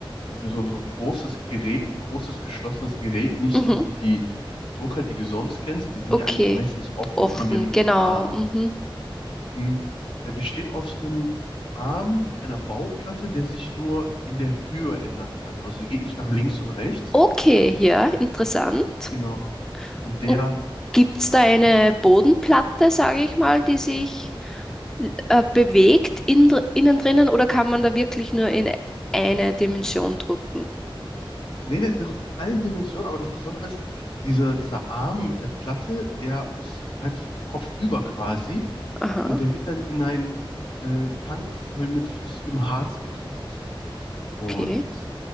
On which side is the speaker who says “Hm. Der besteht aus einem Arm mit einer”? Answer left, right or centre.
Left